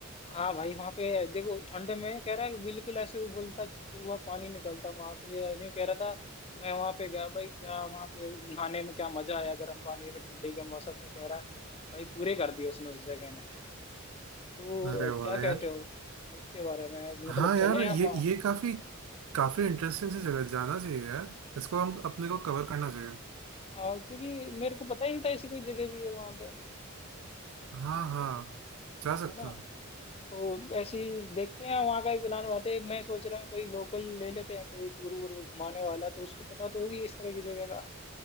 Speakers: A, on the left; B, on the right.
A: हाँ भाई वहां पे देखो ठंड में कह रहा है कि बिल्कुल ऐसे उबलता हुआ पानी निकलता वहां पे यूं कह रहा था मैं वहां पे गया भाई क्या वहां पे नहाने में क्या मजा आया गर्म पानी में ठंडी के मौसम में कह रहा भाई पूरे कर दिए उसने उस जगह ने तो
B: अरे
A: अ, क्या
B: वाह
A: कहते
B: यार
A: हो उसके बारे में
B: हाँ
A: मतलब चले
B: यार
A: हम
B: ये
A: वहाँ
B: ये काफी काफी इंटरेस्टिंग सी जगह जाना चाहिए यार इसको हम अपने को कवर करना चाहिए
A: हाँ क्योंकि मेरे को पता ही नहीं था ऐसी कोई जगह भी है वहां पे
B: हाँ हाँ जा सकते
A: है ना
B: हैं
A: तो ऐसे ही देखते हैं वहां का भी प्लान बनाते हैं मैं सोच रहा हूँ कोई लोकल ले लेते हैं कोई टूर वूर को घुमाने वाला तो उसको पता तो होगी इस तरह की जगह का